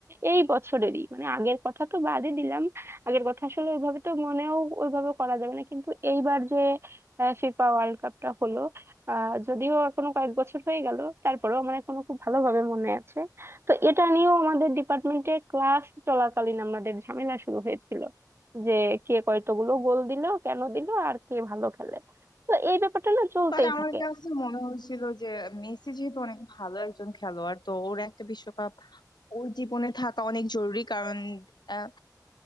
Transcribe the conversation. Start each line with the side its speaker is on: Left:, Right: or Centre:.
Right: এই বছরেরই মানে আগের কথা তো বাদই দিলাম আগের কথা আসলে ওইভাবে তো মনেও ওইভাবে করা যাবে না কিন্তু এইবার যে ফিফা ওয়ার্ল্ড কাপটা হলো আহ যদিও এখনো কয়েক বছর হয়ে গেল তারপরেও আমার এখনো খুব ভালোভাবে মনে আছে তো এটা নিয়েও আমাদের ডিপার্টমেন্টে ক্লাস চলাকালীন আমাদের ঝামেলা শুরু হয়েছিল যে কে কয়তগুলো গোল দিল কেন দিল আর কে ভালো খেলে তো এই ব্যাপারটা না চলতেই
Left: বাট আমার
Right: থাকে
Left: কাছে মনে হয়েছিল যে মেসি যেহেতু অনেক ভালো একজন খেলোয়াড় তো ওর একটা বিশ্বকাপ ওর জীবনে থাকা অনেক জরুরি কারণ আহ,